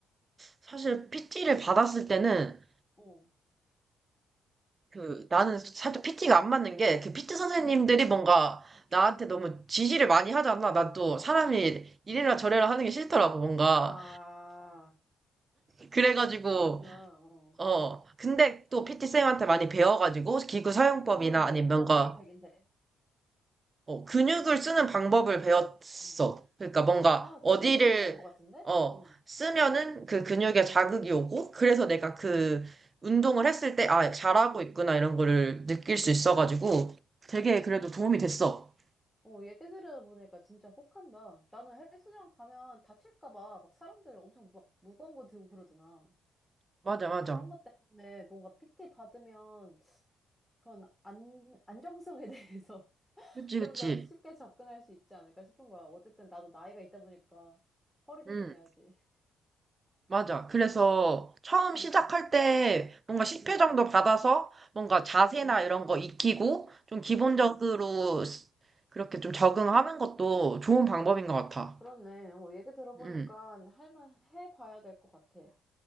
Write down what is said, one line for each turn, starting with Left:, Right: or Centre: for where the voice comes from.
Right: 사실 PT를 받았을 때는
Centre: 어,
Right: 그 나는 살짝 PT가 안 맞는 게 그 PT 선생님들이 뭔가 나한테 너무
Centre: 어.
Right: 지시를 많이 하잖아. 난 또 사람이 이래라 저래라 하는 게 싫더라고 뭔가.
Centre: 아,
Right: 그래가지고
Centre: 그렇구나. 어.
Right: 어 근데 또 PT 쌤한테 많이 배워가지고 기구 사용법이나
Centre: 도움은 되,
Right: 아니면 뭔가
Centre: 도움이 되긴 돼.
Right: 어, 근육을 쓰는 방법을 배웠어.
Centre: 어.
Right: 그러니까
Centre: 아,
Right: 뭔가 어디를
Centre: 되게 유익할 것 같은데?
Right: 어,
Centre: 응,
Right: 쓰면은 그 근육에 자극이 오고 그래서 내가 그
Centre: 응,
Right: 운동을 했을 때 아, 잘하고 있구나
Centre: 응.
Right: 이런 거를 느낄 수
Centre: 음,
Right: 있어가지고 되게
Centre: 어.
Right: 그래도 도움이 됐어.
Centre: 어, 얘기 들어보니까 진짜 혹한다. 나는 헬스장 가면 다칠까 봐 막 사람들 엄청 막 무거운 거 들고 그러잖아.
Right: 맞아, 맞아.
Centre: 그런 것 때문에 뭔가 PT 받으면 그런 안, 안정성에 대해서 <laughs>
Right: 그치,
Centre: 좀
Right: 그치.
Centre: 더 쉽게 접근할 수 있지 않을까 싶은 거야. 어쨌든 나도 나이가 있다 보니까 허리 조심해야지.
Right: 응, 맞아. 그래서 처음 시작할
Centre: 음,
Right: 때 뭔가 10회
Centre: 음.
Right: 정도 받아서 뭔가 자세나
Centre: 음,
Right: 이런
Centre: 음,
Right: 거 익히고 좀 기본적으로
Centre: 음.
Right: 그렇게 좀 적응하는 것도 좋은 방법인 것 같아.
Centre: 그렇네. 어, 얘기 들어보니까
Right: 응,
Centre: 할만 해봐야 될 것 같아.